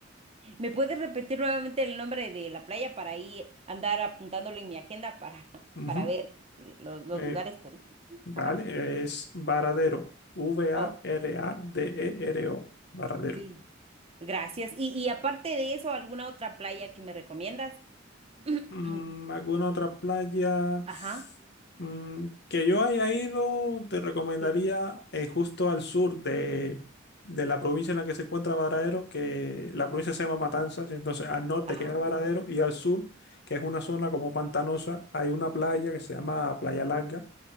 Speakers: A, on the right (about 30°); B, on the left (about 60°).
A: ¿Me puedes repetir nuevamente el nombre de la playa para ahí andar apuntándolo en mi agenda para, <laughs>
B: Ujú.
A: para ver los, los
B: Eh,
A: lugares turísticos?
B: vale,
A: Ajá.
B: es Varadero. V-A-R-A-D-E-R-O.
A: Oh,
B: Varadero.
A: li- gracias. Y, y aparte de eso, ¿alguna otra playa que me recomiendas? <clears throat>
B: Mm, ¿alguna otra playa?
A: Ajá,
B: Mm, que yo haya ido, te recomendaría
A: sí,
B: eh, justo al sur de, de la provincia en la que se encuentra Varadero, que la provincia se llama Matanzas, entonces al norte
A: ajá.
B: queda Varadero y al sur, que es una zona como pantanosa, hay una playa que se llama Playa Larga,